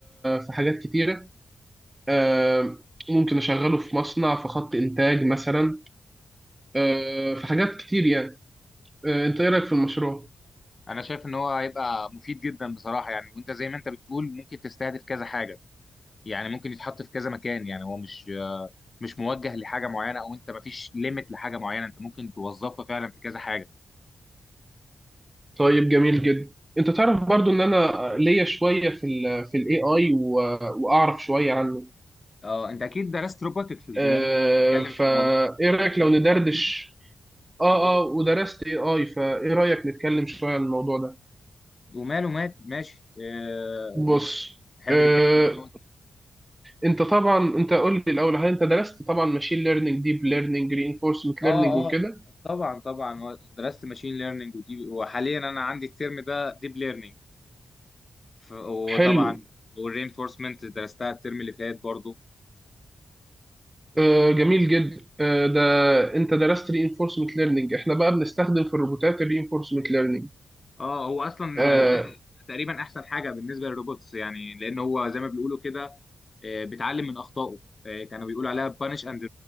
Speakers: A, on the right; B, on the left.
A: في حاجات كتيرة آه، ممكن أشغله في مصنع في خط إنتاج مثلا آه، في حاجات كتير يعني آه، أنت إيه رأيك في المشروع؟
B: انا شايف ان هو هيبقى مفيد جدا بصراحه يعني وانت زي ما انت بتقول ممكن تستهدف كذا حاجه يعني ممكن يتحط في كذا مكان يعني هو مش آه، مش موجه لحاجه معينه او انت مفيش ليميت لحاجه معينه انت ممكن توظفه فعلا في كذا حاجه
A: طيب جميل جدا انت تعرف برضو ان انا ليا شويه في ال في الاي اي واعرف شويه عن
B: اه انت اكيد درست روبوتكس بما
A: آه،
B: انك بتتكلم
A: فايه
B: في الموضوع ده
A: رايك لو ندردش اه اه ودرست اي اي فايه رايك نتكلم شويه عن الموضوع ده
B: وماله مات ماشي آه،
A: بص
B: تحب
A: آه،
B: تتكلم عن ايه أول؟
A: انت طبعا انت قول لي الاول هل انت درست طبعا ماشين ليرنينج ديب ليرنينج رينفورسمنت
B: اه
A: ليرنينج وكده
B: اه طبعا طبعا درست ماشين ليرنينج ودي وحاليا انا عندي الترم ده ديب ليرنينج ف- وطبعا
A: حلو
B: والرينفورسمنت درستها الترم اللي فات برضو
A: آه، جميل جدا آه، ده انت درست رينفورسمنت ليرنينج احنا بقى بنستخدم في الروبوتات الرينفورسمنت ليرنينج
B: اه هو اصلا
A: آه،
B: تقري- تقريبا احسن حاجه بالنسبه للروبوتس يعني لان هو زي ما بيقولوا كده آه، بيتعلم من اخطائه آه، كانوا بيقولوا عليها بانش اند